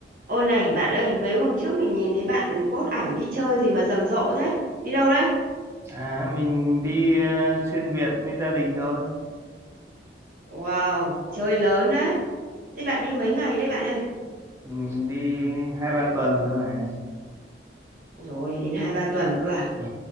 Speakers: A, on the right; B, on the right.
A: Ô này bạn ơi, mấy hôm trước mình nhìn thấy bạn post ảnh đi chơi gì mà rầm rộ thế? Đi đâu đấy?
B: À, mình đi ờ, xuyên Việt với gia đình thôi.
A: Wow, chơi lớn đấy. Thế bạn đi mấy ngày đấy bạn ơi?
B: Mình đi hai ba tuần cơ mà.
A: Ôi dồi, đến 2 3 tuần cơ à?
B: Ừ,